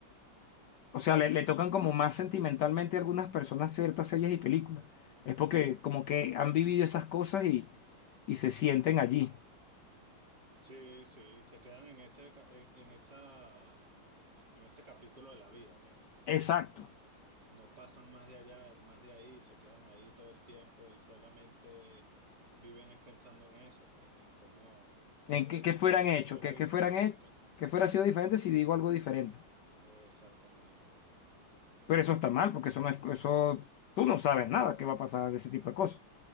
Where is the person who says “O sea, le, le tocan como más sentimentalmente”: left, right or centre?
Left